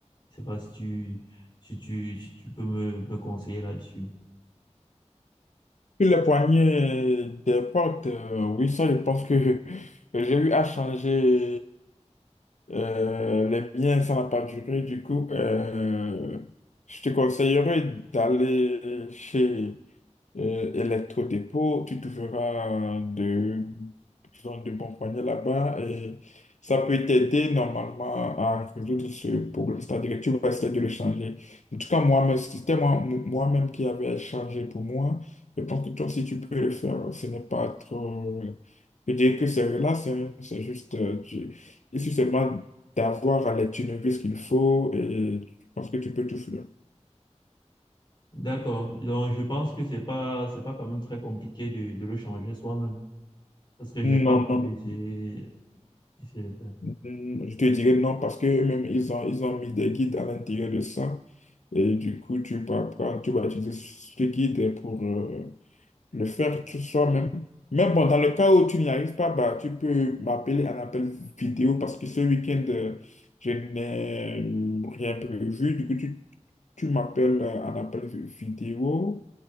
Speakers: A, on the left; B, on the left.
A: Je sais pas si tu, si tu, si tu peux me, me conseiller là-dessus.
B: Sur les poignées des portes, euh, oui, ça, je pense que <laughs> j'ai eu à changer euh, les miens, ça n'a pas duré. Du coup, euh, je te conseillerais d'aller chez euh, électro-dépôt, tu trouveras de, disons, de bons poignets là-bas et ça peut t'aider normalement à résoudre ce problème, c'est-à-dire que tu vas essayer de le changer. En tout cas, moi-même, si c'était moi, moi-même qui avait changé pour moi. Je pense que toi aussi, tu peux le faire. Ce n'est pas trop... Je dirais que c'est relax, hein. C'est juste... euh, tu- Il suffit seulement d'avoir à l'étude ce qu'il faut et je pense que tu peux tout faire.
A: D'accord. Donc, je pense que c'est pas, c'est pas quand même très compliqué de, de le changer soi-même. Parce que j'ai pas
B: Non,
A: encore
B: non,
A: essayé,
B: non.
A: essayé de le faire.
B: Hmm, Je te dirais non parce que même ils ont, ils ont mis des guides à l'intérieur de ça. Et du coup, tu vas prendre- tu vas utiliser ce guide pour euh, le faire tout soi-même. Mais bon, dans le cas où tu n'y arrives pas, bah, tu peux m'appeler un appel vidéo parce que ce week-end, euh, je n'ai rien prévu. Du coup, tu, tu m'appelles euh, un appel vi- vidéo.